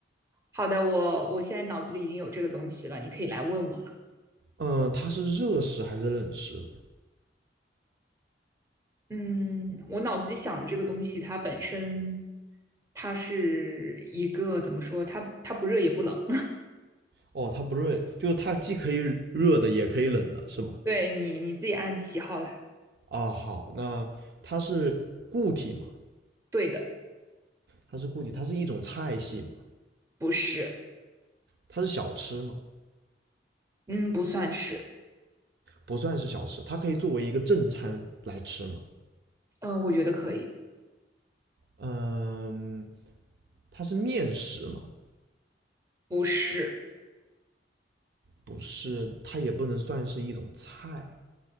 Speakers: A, on the right (about 15°); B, on the right (about 60°).
A: 好的，我我现在脑子里已经有这个东西了，你可以来问我了。
B: 嗯，它是热食还是冷食呢
A: 嗯，我脑子里想这个东西，它本身它是一个怎么说？它它不热也不冷。
B: 哦，它不是，就是它既可以热的，也可以冷的，是吗？
A: <laughs> 对你你自己按喜好来。
B: 啊，好，那它是固体嘛？
A: 对的，
B: 它是固体，它是一种菜系嘛？
A: 不是，
B: 它是小吃嘛？
A: 嗯，不算是，
B: 不算是小吃，它可以作为一个正餐来吃嘛？
A: 嗯，我觉得可以。
B: 嗯，它是面食嘛？
A: 不是，
B: 不是，它也不能算是一种菜。